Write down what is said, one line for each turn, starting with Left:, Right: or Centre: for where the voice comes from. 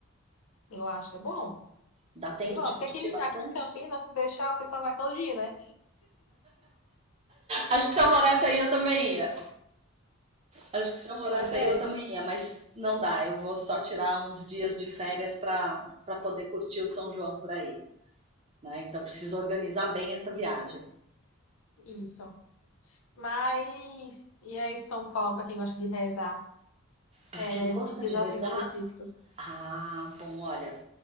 Left: eu acho, é bom.
Right: Dá tempo
Left: Demora,
Right: de
Left: porque
Right: curtir
Left: aqui,
Right: bastante?
Left: aqui em Campinas, se deixar, o pessoal vai todo dia, né?
Right: Acho que se eu morasse aí eu também ia. Acho que se eu morasse
Left: Pois
Right: aí
Left: é,
Right: eu também ia, mas não dá. Eu vou só tirar uns dias de férias para para poder curtir o São João por aí, né? Então preciso organizar bem essa viagem.
Left: isso. Mas, e aí, São Paulo, para quem gosta de rezar?
Right: Para
Left: É,
Right: quem gosta
Left: que dias
Right: de rezar,
Left: assim específicos?
Right: ah, bom, olha,